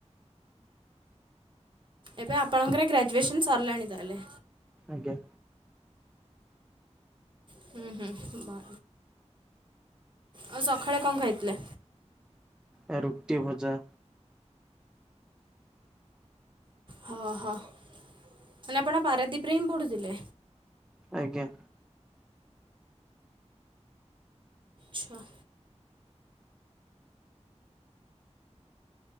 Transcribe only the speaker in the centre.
ଆଜ୍ଞା
ଆ ରୁଟି ଭଜା
ଆଜ୍ଞା